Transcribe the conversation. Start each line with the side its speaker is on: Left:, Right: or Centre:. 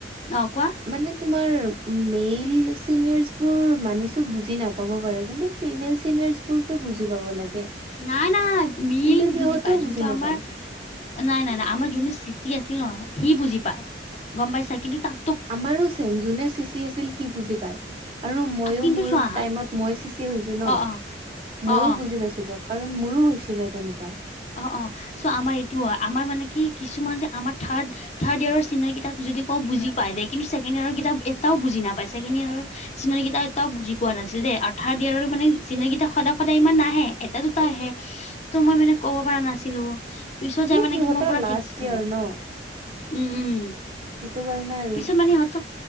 Left: অ কোৱা।
Right: মানে তোমাৰ মেইল চিনিয়ৰচ বোৰ মানিছো বুজি নাপাব পাৰে কিন্তু ফিমেল চিনিয়ৰচ বোৰটো বুজি পাব লাগে।
Left: নাই নাই মেল
Right: কিন্তু সিহঁতেও
Left: বুজি পাই যোনটো
Right: নাপায়
Left: আমাৰ নাই নাই নাই আমাৰ যোনটো চিচি আছিল ন সি বুজি পায় গম পাইছা? কিন্তু তাক
Right: আমাৰো চেম যোনে চিচি আছিল সি বুজি পায়। আৰু মইয়ো
Left: কিন্তু
Right: মোৰ
Left: চোৱা হা
Right: টাইমত মই চি চি হৈছো ন
Left: অ অ
Right: ময়ো
Left: অ অ
Right: বুজি পাইছিলো। কাৰণ মোৰো হৈছিলে তেনেকুৱা।
Left: অ অ চ' আমাৰ এইটো হয় আমাৰ মানে কি কিছুমান যে আমাৰ থাৰ্ড থাৰ্ড ইয়েৰৰ চিনা কেইতাক যদি কওঁ বুজি পায় দে কিন্তু ছেকেণ্ডইয়াৰৰ কেইতা এটাও বুজি নাপায়। ছেকেণ্ড ইয়েৰৰ চিন কিটা এটাও বুজি পোৱা নাছিল দেই আৰু থাৰ্ড ইয়াৰৰো মানে চিনাকিটা সদায় সদায় ইমান নাহে এটা দুটা আহে।
Right: ‌ <inaudible>
Left: ত মই মানে ক'ব পৰা নাছিলো পিছত যাই মানে
Right: সিহঁতৰ
Left: কি মোৰ পুৰা
Right: লাষ্ট
Left: ঠিকছে
Right: ইয়াৰ ন
Left: উম উম,
Right: সেইটো কাৰণে আৰু
Left: পিছত মানে ইহঁতক